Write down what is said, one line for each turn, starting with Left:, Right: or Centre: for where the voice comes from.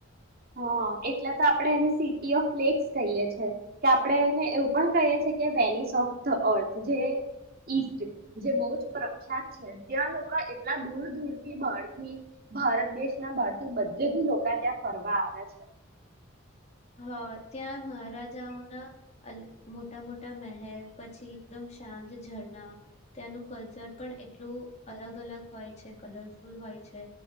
Right: હા એટલે તો આપડે એને સિટી ઓફ ફ્લેક્સ કહીએ છે કે આપડણે એને એવું પણ કહી છે કે વેનીશ ટોપ થે અર્થ જે ઈ જે બહુ જ પ્રખ્યાત છે ત્યાં લોકો એટલા દૂર દૂરથી બહાર થી ભારત દેશના બહાર થી બધેથી લોકા ત્યાં ફરવા આવે છે.
Left: હા ત્યાં મહારાજાઓના મોટા મોટા મહેલ પછી એકદમ શાંત ઝરણા ત્યાંનું કલ્ચર પણ એટલું અલગ અલગ હોય છે કલરફુલ હોય છે